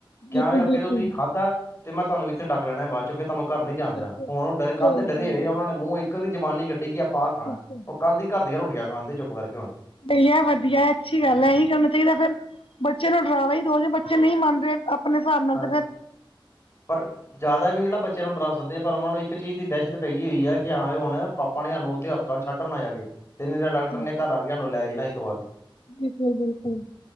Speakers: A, on the left (about 30°); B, on the left (about 80°).
A: ਕਿਆ
B: ਬਿਲਕੁਲ
A: ਅੱਗੇ
B: ਬਿਲਕੁਲ
A: ਤੋਂ ਤੁਸੀਂ ਖਾਧਾ ਤੇ ਮੈਂ ਤੁਹਾਨੂੰ ਇੱਥੇ ਡੱਕ ਲੈਣਾ ਬਾਅਦ ਚ ਫਿਰ ਤੁਹਾਨੂੰ ਘਰ ਨੀ ਜਾਣ ਦੇਣਾ,
B: ਬਿਲਕੁਲ
A: ਹੁਣ ਓ ਕੱਲ
B: ਸਹੀ
A: ਦੇ ਡਰੇ
B: ਕਹਿ ਰਹੇ
A: ਹੋਏ
B: ਹੋ
A: ਉਹਨਾਂ ਨੇ ਮੂੰਹ ਇੱਕ ਦੀ ਜਬਾਨੀ ਕੱਢੀ ਕਿ ਆਪਾ ਬਾਹਰ ਖਾਣਾ।
B: ਤੁਸੀਂ।
A: ਕੱਲ ਦੀ ਘਰ ਦੀਆਂ ਰੋਟੀਆਂ ਖਾਣ ਡੇ ਨੇ ਚੁੱਪ ਕਰ ਕੇ ਹੁਣ।
B: ਵਧਆ ਵਧੀਆ, ਅੱਛੀ ਗੱਲ ਹੈ, ਇਹੀ ਕਰਨਾ ਚਾਹੀਦਾ, ਫੇਰ ਬੱਚੇ ਨੂੰ ਡਰਾਵਾ ਹੀ ਦੋ ਜਿਹੇ ਬੱਚੇ ਨਹੀਂ ਮੰਨਦੇ, ਆਪਣੇ ਹਿਸਾਬ ਨਾਲ
A: ਹਾਂਜੀ
B: ਤੇ ਫੇਰ,
A: ਪਰ ਜ਼ਿਆਦਾ ਵੀ ਨਹੀਂ ਨਾ ਬੱਚਿਆਂ ਨੂੰ ਡਰਾ ਸਕਦੇ ਪਰ, ਉਹਨਾਂ ਨੂੰ ਇੱਕ ਚੀਜ਼ ਦੀ ਦਹਿਸ਼ਤ ਪੈ ਗਈ ਹੋਈ ਹੈ, ਕਿ ਹਾਂ ਹੁਣ ਪਾਪਾ ਨੇ ਸਾਨੂੰ, ਉੱਥੇ ਹਸਪਤਾਲ ਛੱਡ ਆਣਾ ਜਾ ਕੇ। ਤੇ ਡਾਕਟਰ
B: ਹਾਂਜੀ,
A: ਨੇ ਘਰ ਆ ਕੇ ਸਾਨੂੰ ਲੈ ਹੀ ਜਾਣਾ, ਇੱਥੋਂ ਆ ਕੇ।
B: ਬਿਲਕੁਲ ਬਿਲਕੁਲ